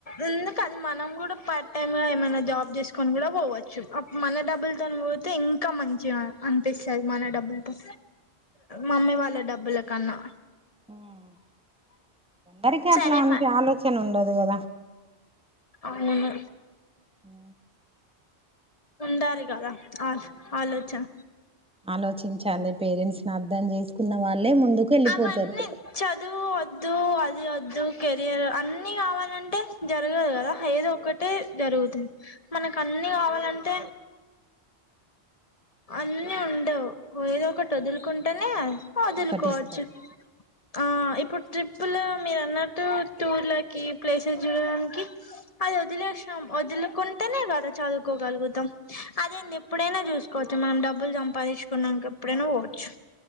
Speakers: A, on the left; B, in the centre.
A: ఉం అది మనం కూడా పార్ట్ టైమ్ గా ఏమైనా జాబ్ చేసుకొని కూడా పోవచ్చు మన డబ్బులతో పోతే ఇం కా మంచిగా అనిపిస్తది మన డబ్బులతో మమ్మీ వాళ్ళ డబ్బుల కన్నా
B: మ్ అందరికి
A: సరే
B: అట్లాంటి
A: మా
B: ఆలోచన ఉండదు కదా
A: అవును
B: ఉ
A: ఉండాలి కదా ఆ
B: కదా
A: ఆలోచన
B: ఆలోచించాలి పేరెంట్స్ ని అర్థం చేసుకున్న వాళ్ళే ముందుకు వెళ్ళిపోతారు
A: అవన్నీ చదువు వద్దు అది వద్దు కెరియర్ అన్ని కావాలంటే జరగదు కదా ఏదో ఒక్కటే జరుగుతది మనకు అన్నిీ కావాలంటే అన్నీ ఉండవు ఏదో ఒకటి వదులుకుంటేనే వదులుకోవచ్చు
B: ఒకటి ఇస్తాడు
A: ఆ ఇప్పుడు ట్రిప్పులు మీరన్న ట్టు టూర్లకి ప్లేసెస్ చూడడానికి అది వదిలేషం వదులుకుంటేనే కద చదువుకోగలుగుతాం అదేంది ఎప్పుడైనా చూసుకోవచ్చు మనం డబ్బులు సంపాదించుకున్నాక ఎప్పుడైనా పోవచ్చు